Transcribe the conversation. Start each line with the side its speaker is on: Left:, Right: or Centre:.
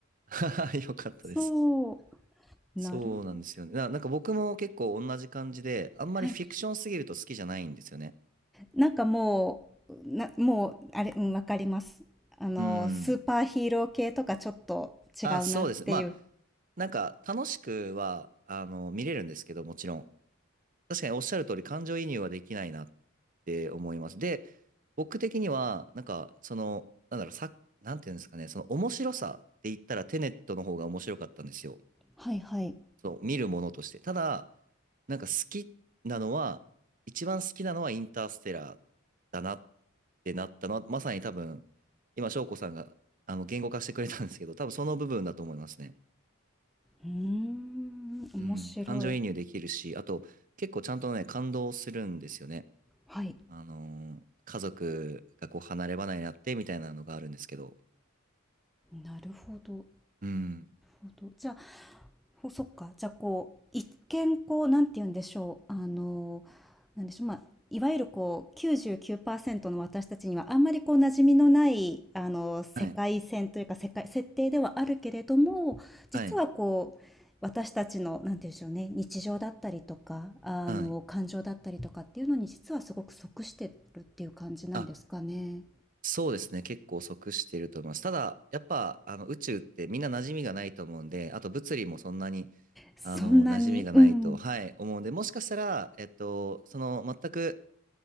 Right: <laughs> よかったです。
Centre: そう、なるほど。
Right: そうなんですよね。な、なんか僕も結構同じ感じで、あんまりフィクションすぎると好きじゃないんですよね。
Centre: はい。なんかもう、な、もう、あれ、うん、わかります。あの、
Right: うん。
Centre: スーパーヒーロー系とかちょっと違うなっていう。
Right: あ、そうです。まあ、なんか楽しくは、あの、見れるんですけど、もちろん。確かにおっしゃる通り、感情移入はできないなって思います。で、僕的には、なんか、その、なんだろう、さ、なんていうんですかね、その面白さで言ったらテネットの方が面白かったんですよ。
Centre: はいはい。
Right: そう、見るものとして。ただ、なんか好きなのは、一番好きなのはインターステラーだなってなったのは、まさに多分、今、翔子さんが、あの、言語化してくれたんですけど、多分その部分だと思いますね。
Centre: うーん、面白い。
Right: うん、感情移入できるし、あと、結構ちゃんとね、感動するんですよね。
Centre: はい。
Right: あのー家族がこう離れ離れになってみたいなのがあるんですけど。
Centre: なるほど。なる
Right: うん。
Centre: ほど。じゃあ、ほそっか。じゃあ、こう、一見、こう、なんて言うんでしょう。あの、なんでしょう。まあ、いわゆる、こう、99%の私たちには、あんまり、こう、馴染みのない、あの、世界線というか、
Right: はい。
Centre: 世界、設定ではあるけれども、実は、
Right: はい。
Centre: こう、私たちの、なんて言うんでしょうね、日常だったりとか、あの、
Right: はい。
Centre: 感情だったりとかっていうのに、実はすごく即してるっていう感じなんですかね。
Right: あ、そうですね。結構即してると思います。ただ、やっぱ、あの、宇宙ってみんな馴染みがないと思うんで、あと物理もそんなに、
Centre: そんなに、
Right: あの、馴染みがないと、
Centre: うん。
Right: はい、思うんで、もしかしたら、えっと、その、全く、